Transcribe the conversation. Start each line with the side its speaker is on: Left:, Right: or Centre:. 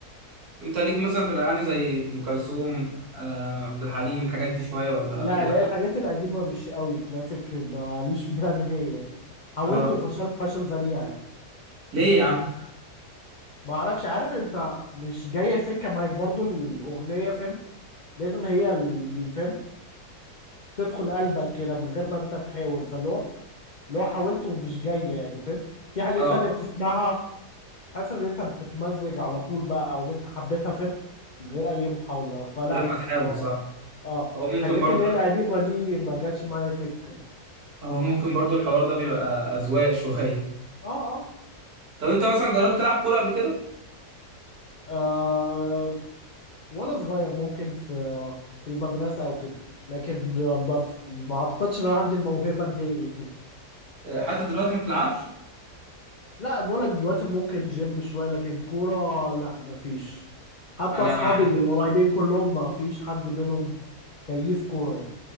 Right: انت ليك مثلا في الاغاني زي ام كلثوم آه عبد الحليم الحاجات دي شويه ولا
Left: لا
Right: بعيد
Left: اللي
Right: عن-
Left: هي الحاجات القديمة مش قوي كلاسيك ماليش فيها <laughs> نهائي حاولت
Right: اه
Left: وفشلت فشل ذريع يعني
Right: ليه يا عم
Left: ما اعرفش عارف انت مش جاية سكة معاك برضو الأغنية فاهم لازم هي اللي فاهم تدخل قلبك كده من غير ما انت تحاول فاللي هو اللي هو حاولت ومش جاي يعني فاهم في حاجات
Right: اه
Left: تانية بتسمعها حاسس ان انت بتتمزج على طول بقى او ان انت حبيتها فاهم من غير اي محاولة فلا
Right: غير ما تحاول
Left: اه
Right: صح
Left: اه
Right: هو ممكن
Left: الحاجات
Right: برضه
Left: اللي هي القديمه دي ما جاتش معايا سكه
Right: هو ممكن برضو الحوار ده بيبقى أذواق شوية
Left: اه اه
Right: طب أنت مثلا جربت تلعب كورة قبل كده؟
Left: آه، وانا صغير ممكن في في المدرسه او كده لكن ما ما اعتقدش ان انا عندي الموهبه نهائي
Right: آه، حتى دلوقتي ما بتلعبش؟
Left: لا بقول لك دلوقتي ممكن جيم شويه لكن كوره لا ما فيش حتى
Right: أنا
Left: اصحابي
Right: أنا عاي-
Left: القريبين كلهم ما فيش حد منهم كيف كوره يعني.